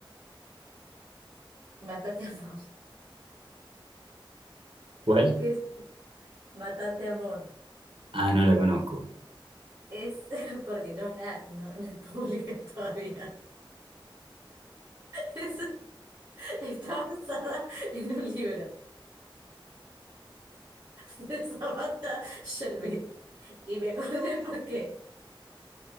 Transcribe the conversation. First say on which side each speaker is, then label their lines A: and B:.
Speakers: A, on the right; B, on the right.
A: Mátate Amor. <laughs>
B: ¿Cuál?
A: ¿Qué es Mátate Amor?
B: Ah, no la conozco.
A: Es <laughs> porque no la no, no es pública <laughs> todavía. Es- está basada en un libro de Samantha Shelby. Y me acordé porque